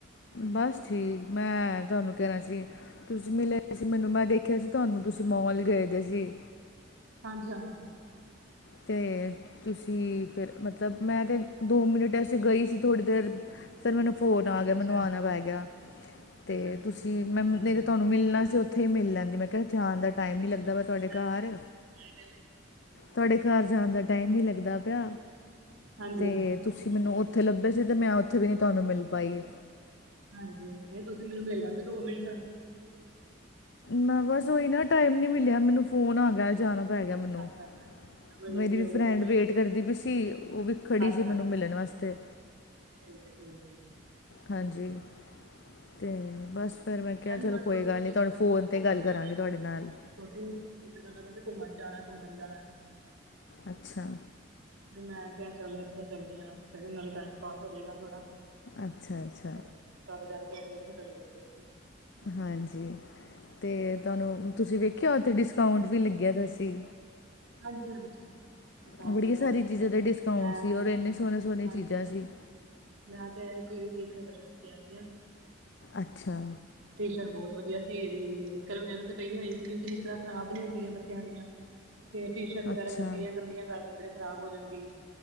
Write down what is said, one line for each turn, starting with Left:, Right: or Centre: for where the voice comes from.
Left: ਬਸ ਠੀਕ, ਮੈਂ ਤੁਹਾਨੂੰ ਕਹਿਣਾ ਸੀ। ਤੁਸੀਂ ਮਿਲਿਆ ਸੀ ਮੈਨੂੰ ਮੈਂ ਦੇਖਿਆ ਸੀ, ਤੁਹਾਨੂੰ ਤੁਸੀਂ ਮੋਲ ਗਏ ਦੇ ਸੀ।
Right: ਹਾਂਜੀ-ਹਾਂਜੀ,
Left: ਅਤੇ ਤੁਸੀਂ ਫਿਰ ਮਤਲਬ, ਮੈਂ ਤਾਂ ਦੋ ਮਿੰਟ ਵਸੇ ਗਈ ਸੀ ਥੋੜ੍ਹੀ ਦੇਰ ਫਿਰ ਮੈਨੂੰ ਫੋਨ ਆ ਗਿਆ
Right: ਅੱਛਾ
Left: ਮੈਨੂੰ ਆਉਣਾ ਪੈ ਗਿਆ, ਤੇ
Right: ਅੱਛਾ ਅੱਛਾ
Left: ਤੁਸੀਂ ਮੈਂ ਨਹੀਂ
Right: ਹਾਂਜੀ
Left: ਤਾਂ ਤੁਹਾਨੂੰ ਮਿਲਣਾ ਸੀ। ਉੱਥੇ ਹੀ ਮਿਲਣ ਦੀ ਮੈਂ ਕਿਹਾ ਜਾਣ ਦਾ ਟਾਈਮ
Right: ਤੁਸੀਂ
Left: ਨੀ ਲੱਗਦਾ,
Right: ਮੈਨੂੰ
Left: ਵਾ ਤੁਹਾਡੇ
Right: ਮਿਲ ਲੈਂਦੇ
Left: ਘਰ
Right: <inaudible>
Left: ਤੁਵਾਡੇ ਘਾਰ ਜਾਣ ਦਾ ਟਾਈਮ ਨਹੀਂ ਲੱਗਦਾ ਪਿਆ।
Right: ਹਾਂਜੀ
Left: ਤੇ ਤੁਸੀਂ ਮੈਨੂੰ ਉੱਥੇ ਲੱਭੇ ਸੀ, ਤੇ ਮੈਂ ਉੱਥੇ ਵੀ ਨਹੀਂ ਤੁਹਾਨੂੰ ਮਿਲ ਪਾਈ।
Right: ਹਾਂਜੀ, ਨਹੀਂ ਤੁਸੀਂ ਮੈਨੂੰ ਮਿਲ ਲੈਂਦੇ, ਦੋ ਮਿੰਟ।
Left: ਮੈਂ ਬਸ ਉਹੀ ਨਾ, ਟਾਈਮ ਨੀ ਮਿਲਿਆ। ਮੈਨੂੰ ਫੋਨ ਆ ਗਿਆ, ਜਾਣਾ ਪੈ ਗਿਆ ਮੈਨੂੰ।
Right: ਅੱਛਾ ਅੱਛਾ ਐਮਰਜੈਂਸੀ
Left: ਮੇਰੀ ਵੀ
Right: ਹੋ
Left: ਫਰੈਂਡ
Right: ਗਈ ਸੀ ਕੋਈ
Left: ਵੇਟ ਕਰਦੀ ਵੀ ਸੀ। ਉਹ ਵੀ ਖੜੀ
Right: ਅੱਛਾ
Left: ਸੀ ਮੈਨੂੰ ਮਿਲਣ ਵਾਸਤੇ।
Right: ਠੀਕ ਆ, ਠੀਕ ਹੈ।
Left: ਹਾਂਜੀ, ਅਤੇ ਬਸ। ਫਿਰ ਮੈਂ ਕਿਹਾ,
Right: ਵੀ
Left: ਚਲੋ
Right: ਬਸ
Left: ਕੋਈ
Right: ਛੋਟੂ
Left: ਗੱਲ ਨਹੀਂ,
Right: ਜਿੱਦ
Left: ਤੁਹਾਨੂੰ
Right: ਕਰਦਾ
Left: ਫੋਨ
Right: ਪਿਆ ਸੀ
Left: 'ਤੇ
Right: ਘੁੰਮਣ
Left: ਗੱਲ ਕਰਾਂਗੀ
Right: ਜਾਣਾ
Left: ਤੁਹਾਡੇ
Right: ਘੁੰਮਣ
Left: ਨਾਲ।
Right: ਛੋਟੂ ਜਿੱਥੇ ਕਹਦਾਂ ਘੁੰਮਣ ਜਾਣਾ, ਘੁੰਮਣ ਜਾਣਾ।
Left: ਅੱਛਾ।
Right: ਮੈਂ ਕਿਹਾ ਚੱਲ ਇੱਥੇ ਚੱਲਦੀ ਆ, ਤੇ ਨਾਲੇ ਟਾਈਮ ਪਾਸ ਹੋਜਏਗਾ ਥੋੜਾ। <inaudible>
Left: ਅੱਛਾ ਅੱਛਾ
Right: ਕਲ ਜਦ ਕੇ ਫਰ ਓਥੇ ਚਲੇ ਗਏ ਸੀ।
Left: ਹਾਂਜੀ। ਤੇ ਤੁਹਾਨੂੰ ਤੁਸੀਂ ਵੇਖਿਆ, ਓਥੇ ਡਿਸਕਾਊਂਟ ਵੀ ਲੱਗਿਆ ਦਾ ਸੀ।
Right: ਹਾਂਜੀ, ਹਾਂਜੀ। ਸਾਊਂਡ
Left: ਬੜੀਆਂ
Right: ਚੱਲਦਾ
Left: ਸਾਰੀ ਚੀਜ਼ਾਂ
Right: ਪਿਆ
Left: 'ਤੇ ਡਿਸਕਾਊਂਟ ਸੀ
Right: ਹਾਂਜੀ
Left: ਔਰ ਇੰਨੇ ਸੋਹਣੇ ਸੋਹਣੇ
Right: ਹਾਂਜੀ
Left: ਚੀਜ਼ਾਂ ਸੀ
Right: ਮੈਂ ਕਿਹਾ ਕਿ ਵੀ ਕੀ ਲਾ ਕੇ ਆਈ ਆ
Left: ਅੱਛਾ।
Right: ਟਿਸ਼ਟ ਬੋਤ ਵਦੀਆ ਸੀ ਏਦੀ, ਨਿੱਕਰ ਵਗੈਰਾ ਤੇ ਪਈਆਂ ਹੋਈ ਸੀ, ਕਯੋਂਕਿ ਨਿਕਰਾਂ ਖਰਾਬ ਨੀ ਹੁੰਦੀਆਂ ਬੱਚੇਆਂ ਦੀਆਂ। ਤੇ ਟੀ-ਸ਼ਰਟ ਵਗੈਰਾ
Left: ਅੱਛਾ
Right: ਜਲਦੀਆਂ ਗੰਦੀਆਂ ਕਰ ਦਂਦੇ, ਖ਼ਰਾਬ ਹੋ ਜਾਂਦੀ।